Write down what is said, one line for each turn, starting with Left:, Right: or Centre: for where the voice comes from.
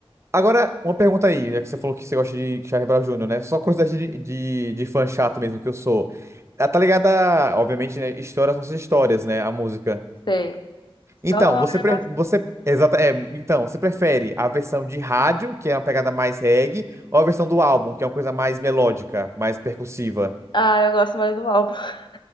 Right: Agora, uma pergunta aí, já que você falou que você gosta de Charlie Brown Jr., né? Só curiosidade de, de, de fã chato mesmo que eu sou. Ah, Tá ligada, a, obviamente, né? Histórias, nossas histórias, né? A música.
Left: Sei. História,
Right: Então, você, pre-
Left: mas...
Right: você, exata, é, então, você prefere a versão de rádio, que é uma pegada mais reggae, ou a versão do álbum, que é uma coisa mais melódica, mais percussiva?
Left: Ah, eu gosto mais do álbum. <laughs>